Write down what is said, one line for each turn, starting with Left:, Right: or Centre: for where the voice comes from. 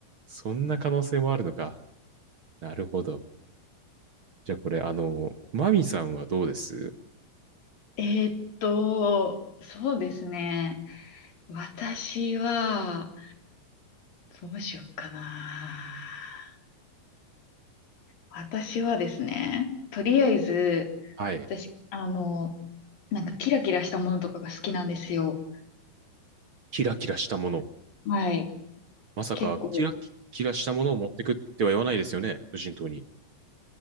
Right: そんな可能性もあるのか。なるほど。じゃあこれ、あの、マミさんはどうです
Left: えーっと、そうですね。私は、どうしよっかな。私はですね、とりあえず、
Right: はい。
Left: 私、あの、なんかキラキラしたものとかが好きなんですよ。
Right: キラキラしたもの。
Left: はい。
Right: まさか、
Left: 結構。
Right: キラキラしたものを持ってくっては言わないですよね、無人島に。